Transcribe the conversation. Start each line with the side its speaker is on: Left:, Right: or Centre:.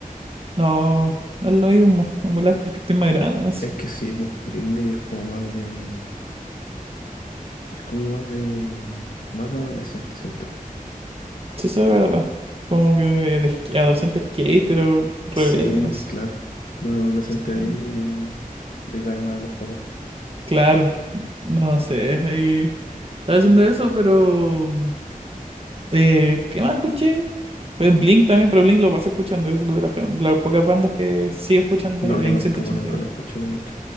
Right: no, no es lo mismo. Me molesta porque estoy más grande, no
Left: Es que sí, pues, Green Day es como más de... Es como más de... Más de adolescente, siento yo.
Right: Sí, eso es verdad. Como que de, de sk- adolescente skater o rebelde,
Left: Sí,
Right: no
Left: pues
Right: sé.
Left: claro. De un adolescente
Right: Sí,
Left: gringo que le cae mal a los papás.
Right: claro, no sé. ahí estaba haciendo eso, pero mm, eh, ¿qué más escuché? Pues Blink también, pero Blink lo paso escuchando, es de las, can- las pocas bandas que sigo escuchando,
Left: No,
Right: ahora, Blink
Left: yo tampoco
Right: 182.
Left: nunca lo escuché, Blink.